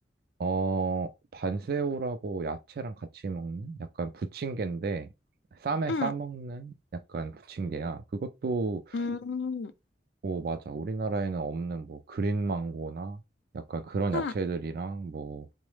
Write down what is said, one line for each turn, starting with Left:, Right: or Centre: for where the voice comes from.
Right: 어, 반새우라고 야채랑 같이 먹는 약간 부침개인데, 쌈에
Left: 응,
Right: 싸먹는 약간 부침개야. 그것도,
Left: 응,
Right: 뭐, 맞아. 우리나라에는 없는 뭐, 그린 망고나 약간 그런 야채들이랑
Left: 응.
Right: 뭐,